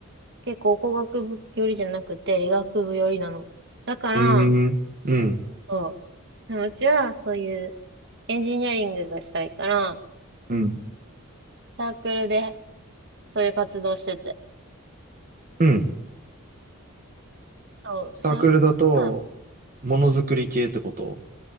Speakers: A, on the right (about 55°); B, on the right (about 40°).
A: 結構工学部寄りじゃなくて理学部寄りなの。だから、
B: うん。うん。
A: そう、でもうちはそういうエンジニアリングがしたいから、
B: うん。
A: サークルでそういう活動してて。
B: うん。
A: そう、
B: サークルだと、
A: サークルが、
B: ものづくり系ってこと
A: うん